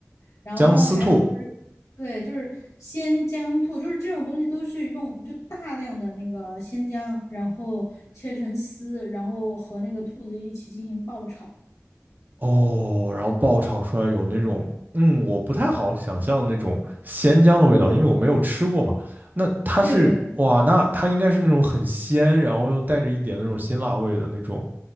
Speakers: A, on the left; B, on the right.
A: 然后还有就是对，
B: 姜丝兔。
A: 就是鲜姜兔，就是这种东西都是用就大量的那个鲜姜，然后切成丝，然后和那个兔子一起进行爆炒。
B: 哦，然后爆炒出来有那种，嗯，我不太好想象那种鲜姜的味道，
A: 对
B: 因为我没有吃过嘛。那它是，
A: 对，
B: 哇，那它应该是那种很鲜，然后又带着一点那种辛辣味的那种，